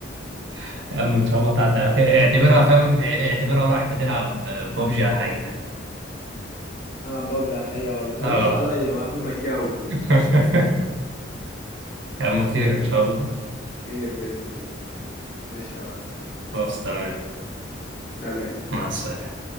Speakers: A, on the right; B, on the left.
A: <laughs> اما ان شاء الله تعدي
B: ما-
A: على خير اعتبرها فاهم اعتبرها رايح بتلعب ببجي على الحقيقة
B: العب بابجي على الحقيقة ويخلصوا
A: اه
B: عليا قبل ما اتجوز
A: <laughs> يا عم خير
B: بتهزر
A: ان شاء
B: يا اسطى
A: الله
B: خير بإذن الله ماشي يا ريس
A: خلاص تمام
B: سلام
A: مع السلامة